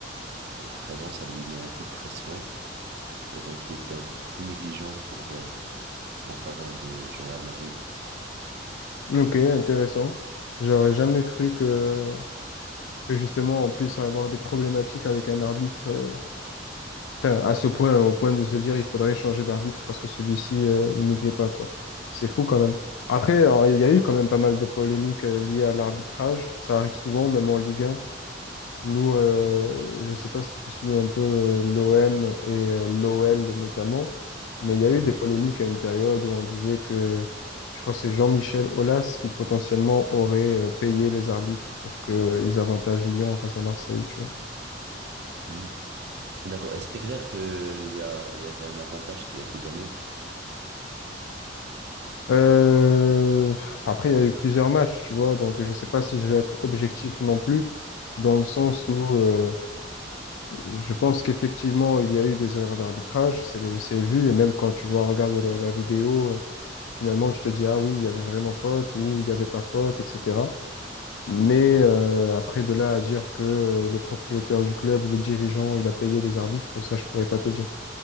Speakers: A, on the right (about 60°); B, on the left (about 80°).
A: euh, présent, ça lui met un coup de pression. Et donc, il était un peu plus négligent pour, euh, en faveur de, du Real Madrid.
B: Ok, intéressant. J'aurais jamais cru que, que justement on puisse avoir des problématiques avec un arbitre, euh, enfin à ce point, au point de se dire il faudrait changer d'arbitre parce que celui-ci euh, il nous plaît pas quoi. C'est fou quand même. Après, alors, il y a eu quand même pas mal de polémiques euh, liées à l'arbitrage. Ça arrive souvent, même en Ligue 1. Nous, euh, je sais pas si tu suis un peu l'OM et l'OL notamment, mais il y a eu
A: Ouais.
B: des polémiques à une période où on disait que, je crois que c'est Jean-Michel Aulas qui potentiellement aurait euh, payé les arbitres pour qu'ils avantagent Lyon face à Marseille, tu vois.
A: Hmm. D'accord. Et c'était clair que il y a, il y avait un avantage qui a été donné.
B: Euh, après, il y a eu plusieurs matchs, tu vois, donc je sais pas si je vais être objectif non plus, dans le sens
A: Mm.
B: où euh, Je pense qu'effectivement, il y a eu des erreurs d'arbitrage, c'est c'est vu, et même quand tu vois, regarde la, la vidéo, euh, finalement, tu te dis, ah oui, il y avait vraiment faute ou il n'y avait pas faute, etc. Mais euh, après, de là à dire que euh, le propriétaire du club ou le dirigeant, il a payé des arbitres, ça, je pourrais pas te dire.